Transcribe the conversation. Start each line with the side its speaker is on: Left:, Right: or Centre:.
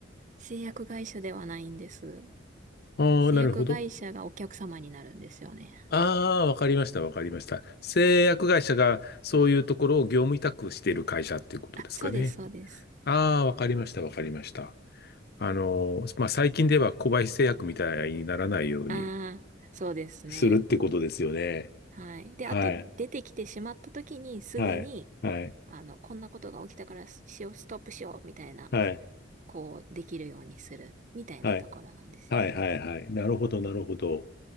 Right: 製薬会社ではないんです。
Left: ああー、
Right: 製薬会社がお客様になるんですよね。
Left: なるほど。ああ、わかりました、わかりました。製薬会社がそういうところを業務委託している会社っていうことですかね。
Right: あ、そうです、そうです。
Left: ああ、わかりました、わかりました。あのまあ、最近では小林製薬みたいにならないように
Right: ああ、そうですね。
Left: するってことですよね。
Right: はい。で、
Left: はい、
Right: あと、出てきてしまった時に、すぐに、
Left: はい、はい、
Right: あの、こんなことが起きたから、しよう、ストップしよう、みたいな、
Left: はい、
Right: こう、できるようにする、みたいなところなんですよね。
Left: はい、はい、はい、はい。なるほど、なるほど。